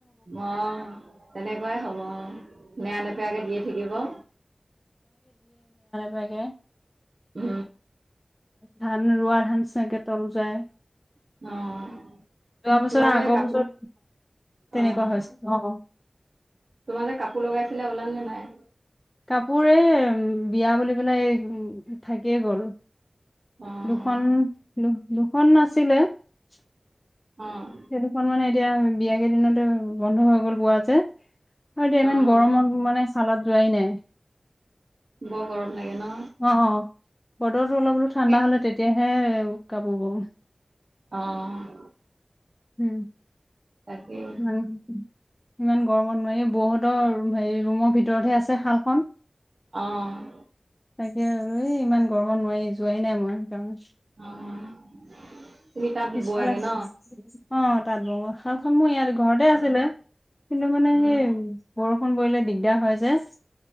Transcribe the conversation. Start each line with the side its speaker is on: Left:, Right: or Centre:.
Right: অ', তেনেকুৱাই হ'ব অ', নেৰা -নেপেৰাকে দিয়ে থাকিব।
Left: তাকে।
Right: উ।
Left: ধান, ৰোৱা ধান ছাগে তল যায়।
Right: অ'।
Left: যোৱা বছৰ,
Right: তোমাৰ
Left: আগৰ
Right: যে কাপোৰ
Left: বছৰ তেনেকুৱা
Right: অ',
Left: হৈছিল। অ'।
Right: তোমাৰ যে কাপোৰ লগাইছিলা ওলাল নে নাই?
Left: কাপোৰ এই, বিয়া বুলি পেলাই এই থাকিয়ে গ'ল।
Right: অ',
Left: দুখন দু- দু খন আছিলে, সেইদুখন
Right: অ',
Left: মানে এতিয়া বিয়া কেইদিনতে বন্ধ হৈ গ'ল বোৱা যে, আৰু এতিয়া ইমান
Right: অ',
Left: গৰমত মই মানে ছালত যোৱাই নাই।
Right: বৰ গৰম লাগে ন?
Left: অ অ বতৰটো অলপ বোলো ঠাণ্ডা
Right: এ
Left: হ'লে তেতিয়াহে, কাপোৰ বম।
Right: অ'।
Left: উ।
Right: তাকেই
Left: ইমান <unintelligible> ইমান গৰমত নোৱাৰি, বৌহঁতৰ হেৰি ৰুমত ভিতৰতহে আছে শালখন।
Right: অ',
Left: তাকে আৰু এই ইমান গৰমত নোৱাৰি। যোৱাই নাই মই সেইকাৰণে।
Right: অ', তুমি তাত
Left: পিছফালে
Right: বোৱাগে
Left: আছে?
Right: ন?
Left: অ', তাঁতবব, শালখন মোৰ ইয়াত ঘৰতে আছিলে।
Right: উম,
Left: কিন্তু মানে
Right: উম,
Left: সেই বৰষুণ পৰিলে দিগদাৰ হয় যে।